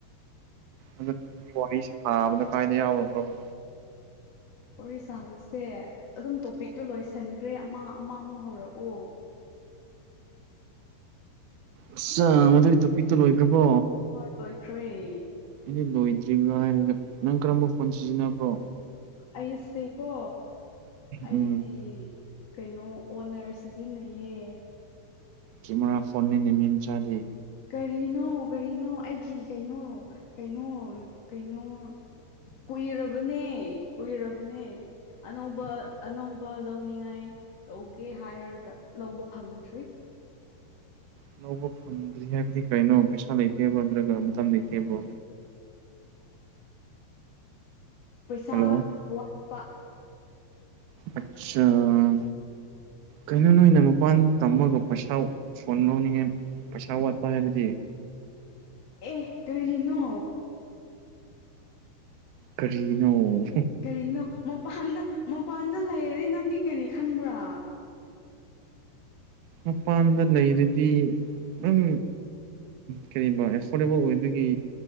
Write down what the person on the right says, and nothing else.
ꯑꯗꯨ ꯋꯥꯔꯤ ꯁꯥꯕꯅꯣ ꯀꯥꯏꯅ ꯌꯥꯎꯒꯕ꯭ꯔ‌ꯣ
ꯑꯁ ꯃꯗꯨꯒꯤ ꯇꯣꯄꯤꯛꯇꯣ ꯂꯣꯏꯈ꯭ꯔꯕꯣ
ꯑꯗꯤ ꯂꯣꯏꯗ꯭ꯔꯤꯕ꯭ꯔꯥ ꯍꯥꯏꯔꯒ ꯅꯪ ꯀꯔꯝꯕ ꯐꯣꯟ ꯁꯤꯖꯤꯟꯅꯕ꯭ꯔꯣ
ꯎꯝ
ꯀꯦꯃꯦꯔꯥ ꯐꯣꯟꯅꯤ ꯃꯤ ꯃꯆꯥꯗꯤ
ꯑꯅꯧꯕ ꯐꯪꯗ꯭ꯔꯤ ꯍꯥꯏꯕꯗꯤ ꯀꯔꯤꯅꯣ ꯄꯩꯁꯥ ꯂꯩꯇꯦꯕꯣ ꯅꯠꯇ꯭ꯔꯒ ꯃꯇꯝ ꯂꯩꯇꯦꯕ꯭ꯔꯣ
ꯍꯜꯂꯣ
ꯑꯆꯥꯥ ꯀꯩꯅꯣ ꯅꯣꯏꯅ ꯃꯄꯥꯟ ꯇꯝꯃꯒ ꯄꯩꯁꯥ ꯁꯣꯟ ꯂꯧꯅꯤꯡꯉꯦ ꯄꯩꯁꯥ ꯋꯥꯠꯄ ꯍꯥꯏꯕꯗꯤ
ꯀꯔꯤꯅꯣ
ꯃꯄꯥꯟꯗ ꯂꯩꯔꯗꯤ ꯎꯝ ꯀ <unintelligible> ꯑꯦꯐꯣꯔꯗꯦꯕꯜ ꯑꯣꯏꯕꯒꯤ